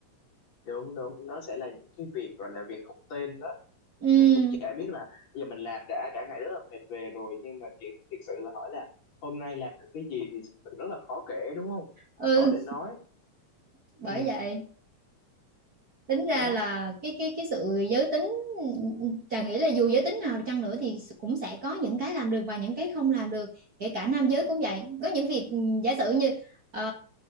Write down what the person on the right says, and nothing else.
ừ
ừ
bởi
vậy tính ra
là cái cái cái sự giới tính Trà nghĩ là dù giới tính nào chăng nữa thì cũng sẽ có những cái làm được và những cái không làm được kể cả nam giới cũng vậy có những việc ừ, giả sử như ờ,